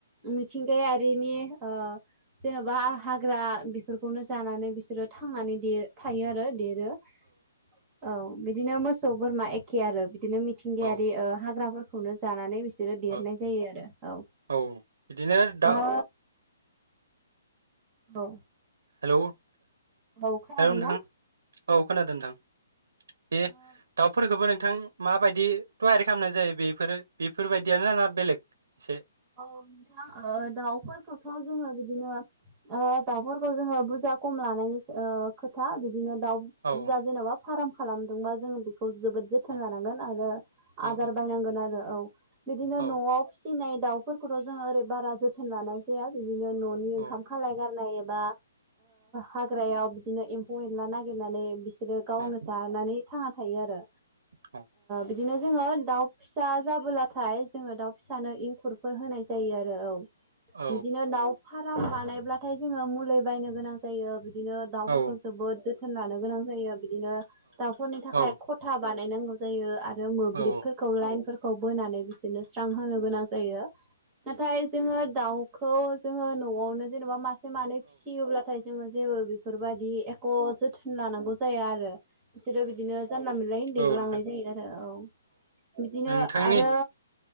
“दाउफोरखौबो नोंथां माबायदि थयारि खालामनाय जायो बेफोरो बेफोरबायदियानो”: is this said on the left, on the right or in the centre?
Right